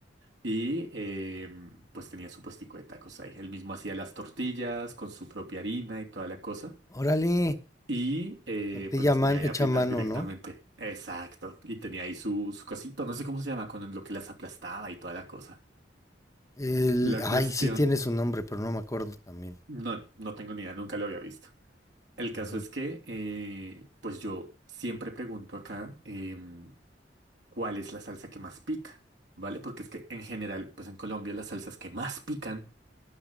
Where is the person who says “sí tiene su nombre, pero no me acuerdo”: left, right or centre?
Left